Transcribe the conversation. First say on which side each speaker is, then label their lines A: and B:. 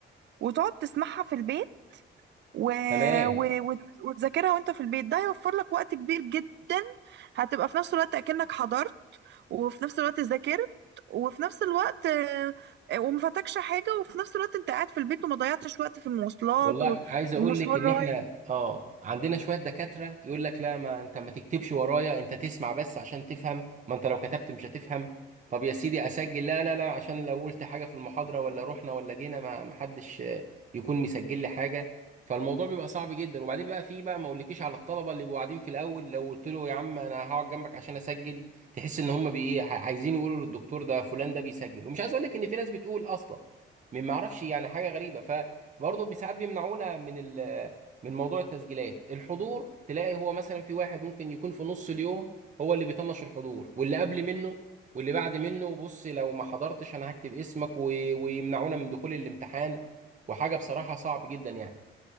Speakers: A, on the right; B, on the right.
A: وتقعد تسمعها في البيت و...
B: تمام
A: و... وت- وتذاكرها وانت في البيت ده هيوفر لك وقت كبير جدا هتبقى في نفس الوقت اكنك حضرت وفي نفس الوقت ذاكرت وفي نفس الوقت آه، آه، وما فاتكش حاجة وفي نفس الوقت انت قاعد في البيت وما ضيعتش وقت في المواصلات
B: والله
A: و-
B: عايز اقول
A: والمشوار
B: لك ان
A: رايح
B: احنا اه عندنا شويه دكاتره يقول لك لا ما انت ما تكتبش ورايا انت تسمع بس عشان تفهم ما انت لو كتبت مش هتفهم طب يا سيدي اسجل لا لا لا عشان لو قلت حاجه في المحاضره ولا رحنا ولا جينا ما ما حدش آه، يكون مسجل لي حاجه فالموضوع بيبقى صعب جدا وبعدين بقى في بقى ما اقولكيش على الطلبه اللي بيبقوا قاعدين في الاول لو قلت له يا عم انا هقعد جنبك عشان اسجل تحس ان هم بي عايزين يقولوا للدكتور ده فلان ده بيسجل ومش عايز اقول لك ان في ناس بتقول اصلا من ما اعرفش يعني حاجه غريبه برضه ساعات بيمنعونا من ال من موضوع التسجيلات الحضور تلاقي هو مثلا في واحد ممكن يكون في نص اليوم هو اللي بيطنش الحضور واللي قبل منه واللي بعد منه بص لو ما حضرتش انا هكتب اسمك و... ويمنعونا من دخول الامتحان وحاجة بصراحة صعب جدا يعني